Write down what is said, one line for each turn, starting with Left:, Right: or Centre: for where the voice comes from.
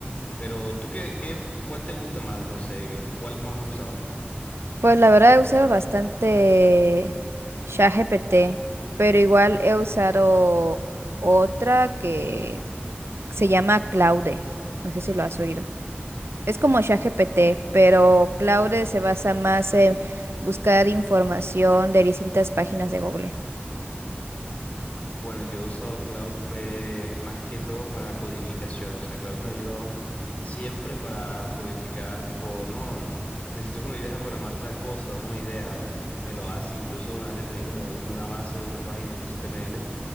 Left: Pero tú qué, qué, cuál te gusta más, no sé, cuál más has usado.
Right: Pues la verdad he usado bastante ChatGPT, pero igual he usado otra que se llama Claude. No sé si lo has oído. Es como ChatGPT, pero Claude se basa más en buscar información de distintas páginas de Google.
Left: Bueno, yo he usado Cloud fue más que todo para codificación, o sea, Cloud me ha ayudado siempre para codificar, tipo, no, necesito que me ayudes a programar tal cosa, dame una idea, o me lo hace, incluso una vez le pedí como una base, una página en HTML,